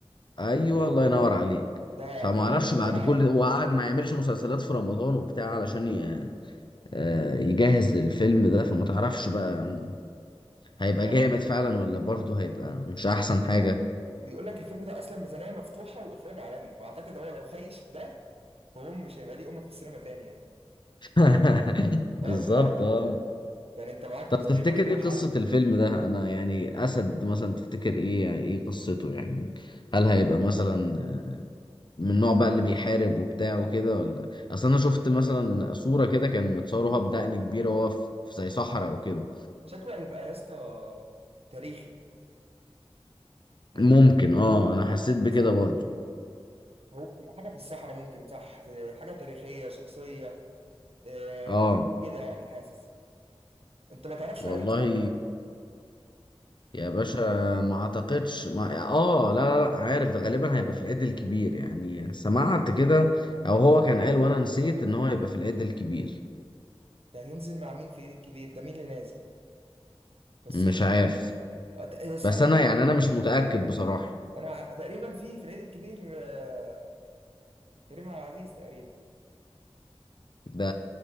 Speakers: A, on the left; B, on the right.
A: ايوه الله ينور عليك
B: ده
A: فما
B: بيقول
A: اعرفش
B: لك اخراج
A: بعد
B: عالمي
A: كل وقعد ما يعملش مسلسلات في رمضان وبتاع علشان ي... آه، يجهز للفيلم ده فما تعرفش بقى هيبقى
B: آه،
A: جامد فعلا ولا برضه هيبقى مش احسن حاجة
B: بيقول لك الفيلم ده اصلا ميزانيه مفتوحه واخراج عالمي فاعتقد هو لو خيش في ده فهو مش هيبقى ليه امه في السينما تاني يعني
A: <laughs> بالظبط
B: اه صراحه
A: اه
B: يعني انت معاك
A: طب
B: ميزانيه
A: تفتكر
B: مفتوحه
A: ايه قصة الفيلم ده انا يعني اسد مثلا تفتكر ايه ايه قصته يعني هل هيبقى مثلا من النوع بقى اللي بيحارب وبتاع وكده ولا اصل انا شفت مثلا صورة كده كان متصورها بدقن كبيرة وهو في في زي صحراء وكده
B: شكله هيبقى يا اسطى تاريخي هيبقى
A: ممكن اه انا حسيت بكده
B: صح
A: برضو
B: هو هيبقى حاجه في الصحراء ممكن صح في حاجه تاريخيه شخصيه آه
A: اه
B: كده يعني حاسس انت ما تعرفش
A: والله
B: هو هينزل امتى
A: يا باشا ما اعتقدش ما... اه لا لا لا عارف ده غالبا هيبقى في العيد الكبير يعني سمعت كده او هو كان قال وانا نسيت ان هو هيبقى في العيد الكبير
B: ده هينزل مع مين في العيد الكبير ده مين اللي نازل بس
A: مش عارف
B: آه، ت- استنى
A: بس انا يعني انا مش متأكد بصراحة
B: انا تقريبا في في العيد الكبير آه، كريم عبد العزيز تقريبا
A: ده